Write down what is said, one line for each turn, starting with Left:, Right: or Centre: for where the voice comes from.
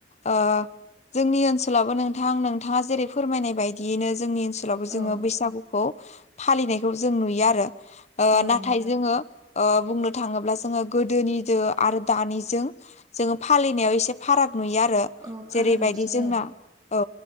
Left: ओ जोंनि ओनसोलावबो नोंथां नोंथांङा जेरै फोरमायनाय बायदियैनो जोंनि ओनसो स्कुलावबो जोंङो
Right: औ
Left: बैसागुखौ फालिनायखौ जों नुयो आरो ओ
Right: औ
Left: नाथाय
Right: नोंथां
Left: जोंङो ओ बुंनो थांङोब्ला जोंङो गोदोनि आरो दानिजों जोंङो- फालिनायाव एसे फाराग नुयो आरो
Right: औ फाराग
Left: जेरैबायदि
Right: नुसै
Left: जोंना
Right: औ
Left: औ